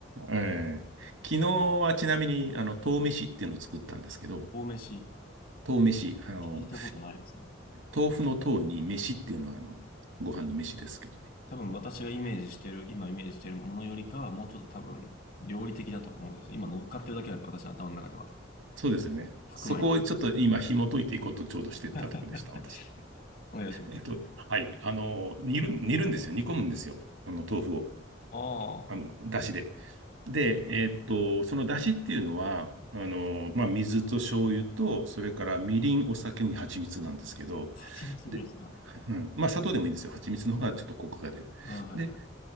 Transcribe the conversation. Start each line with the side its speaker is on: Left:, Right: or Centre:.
Right: ええ昨日はちなみに、あの、豆飯っていうのを作ったんですけど、
Left: 大飯、
Right: 豆飯、あの、
Left: 聞いたことないですね。
Right: 豆腐の豆に飯っていうのは、あの、ご飯の飯ですけどね。
Left: 多分私がイメージしてる、今イメージしてるものよりかは、もうちょっと多分料理的だと思うんですよ。今乗っかってるだけなんで、私の頭の中では。
Right: そうですよね。
Left: 白米に。
Right: そこをちょっと今紐解いていこうとちょうどしてたとこでした、
Left: <laughs>
Right: 私。
Left: お願いします。
Right: えっと、はい。あの、煮る、煮るんですよ。煮込むんですよ。あの、豆腐を。
Left: ああ、
Right: あの、だしで。で、えっと、そのだしっていうのは、あの、まあ、水と醤油と、それからみりん、お酒に蜂蜜なんですけど、
Left: 蜂蜜入れるんですね。
Right: で、
Left: はい
Right: うん。まあ、砂糖でもいいんですよ。蜂蜜の方がちょっとコクが出る。
Left: ああ、はいはい。
Right: で、